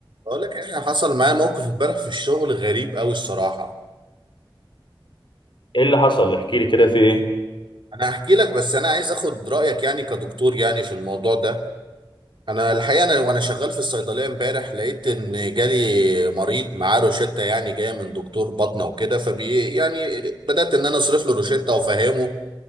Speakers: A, on the right; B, on the left.
A: بقول لك احنا حصل معايا موقف امبارح في الشغل غريب قوي الصراحه
B: ايه اللي حصل احكي لي كده في ايه
A: انا هحكي لك بس انا عايز اخد رايك يعني كدكتور يعني في الموضوع ده انا الحقيقه انا وانا شغال في الصيدليه امبارح لقيت ان جالي مريض معاه روشته يعني جايه من دكتور بطنه وكده فبي يعني بدات ان انا اصرف له روشته وافهمه